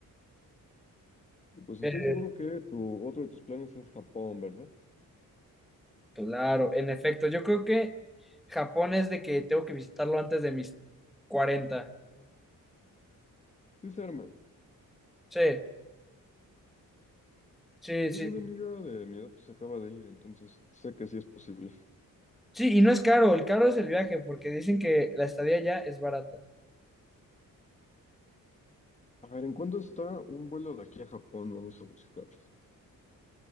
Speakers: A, on the left; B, in the centre.
A: Y pues estoy
B: eh,
A: seguro que tu, otro de tus planes es Japón, ¿verdad?
B: claro, en efecto, yo creo que Japón es de que tengo que visitarlo antes de mis cuarenta
A: Sí se arma.
B: Sí, sí,
A: Te digo,
B: sí.
A: una amiga de mi edad pues acaba de ir, entonces sé que sí es posible.
B: Sí, y no es caro, el caro es el viaje, porque dicen que la estadía ya es barata.
A: A ver, ¿en cuánto está un vuelo de aquí a Japón? Vamos a buscar.